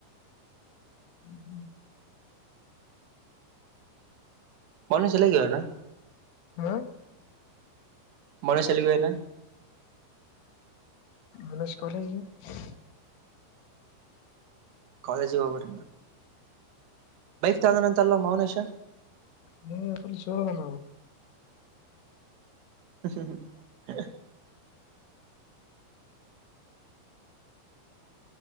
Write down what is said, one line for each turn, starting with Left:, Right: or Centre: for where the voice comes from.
Left: ಹ್ಮ್ ಹ್ಮ್.
Right: ಬರ್ೆ ಚಲಗಣ.
Left: ಹಾ.
Right: ಕಣ ಚಾಲಗನ.
Left: ಆನಸ್ ಕಾಲೇಜ್ <unintelligible>
Right: ಕಾಲಜಿ ಒಬಟ ಬೈಕ್ ಚಾದ ನಂತ ಅಲ್ಲ ಮೌನಶ.
Left: ಹ ಶೋಣ.
Right: <unintelligible>